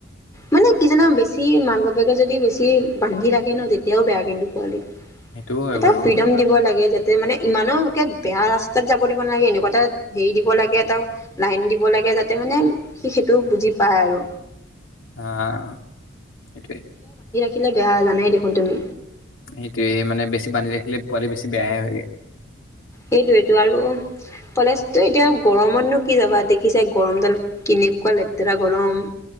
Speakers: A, on the left; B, on the left.
A: মানে কিজানা বেছি মাক বাপেকে যদি বেছি বান্ধি ৰাখে নহ তেতিয়াও বেয়া কিন্তু পোৱালী
B: সেইটোও হয়
A: এটা
B: বাৰু
A: ফ্ৰীডম দিব লাগে যে তাতে মানে ইমানোকে বেয়া ৰাস্তাত যাব দিব নালাগে এনেকুৱা এটা হেৰি দিব লাগে এটা লাইন দিব লাগে যাতে মানে সি সেইটো বুজি পায় আৰু
B: অহ সেইটোৱে
A: দেখিলে বেয়া জানেই দেখোন তুমি
B: সেইটোৱে মানে বেছি বান্ধি ৰাখিলে পোৱালি বেছি বেয়াহে হৈ যায়।
A: সেইটোৱেটো আৰু কলেজতো এতিয়া গৰমটনো কি যাবা দেখিচাই গৰমডাল কেনেকুৱা লেতেৰা গৰম